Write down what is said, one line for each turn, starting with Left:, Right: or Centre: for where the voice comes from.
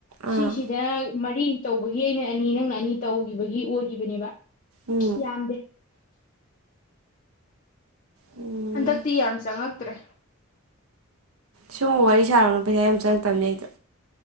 Left: ꯁꯤꯁꯤꯗ
Right: ꯑꯥ
Left: ꯃꯔꯤ ꯇꯧꯕꯒꯤ ꯑꯩꯅ ꯑꯅꯤ ꯅꯪꯅ ꯑꯅꯤ ꯇꯧꯈꯤꯕꯒꯤ ꯑꯣꯏꯒꯤꯈꯤꯕꯅꯦꯕ
Right: ꯎꯝ
Left: ꯌꯥꯝꯗꯦ
Right: ꯎꯝ
Left: ꯍꯟꯗꯛꯇꯤ ꯌꯥꯝ ꯆꯉꯛꯇ꯭ꯔꯦ
Right: ꯁꯨꯝꯨ ꯋꯥꯔꯤ ꯁꯥꯔꯛꯅꯨ ꯄꯩꯁꯥ ꯌꯥꯝ ꯆꯪꯉꯛꯇꯕꯅꯦ ꯑꯩꯗꯣ